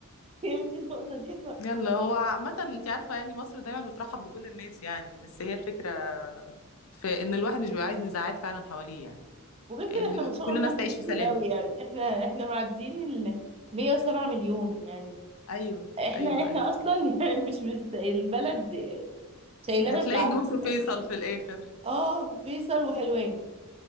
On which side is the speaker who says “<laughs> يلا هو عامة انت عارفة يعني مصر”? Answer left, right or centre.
Left